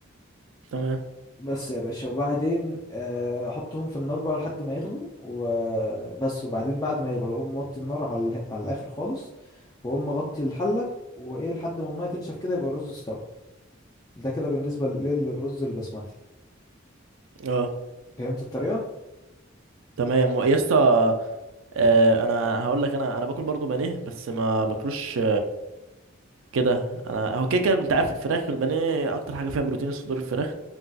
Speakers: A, on the right; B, on the left.
A: تمام
B: بس يا باشا وبعدين آه، احطهم في النار بقى لحد ما يغلوا وبس وبعدين بعد ما يغلوا اقوم موطي النار على اله- على الاخر خالص واقوم مغطي الحله وايه لحد ما الميه تنشف كده يبقى الرز استوى ده كده بالنسبه للايه للرز البسمتي
A: اه
B: فهمت الطريقه
A: تمام يا اسطى آه، انا هقول لك انا انا باكل برضو بانيه بس ما باكلوش كده انا هو كده كده انت عارف الفراخ البانيه اكتر حاجه فيها بروتين صدور الفراخ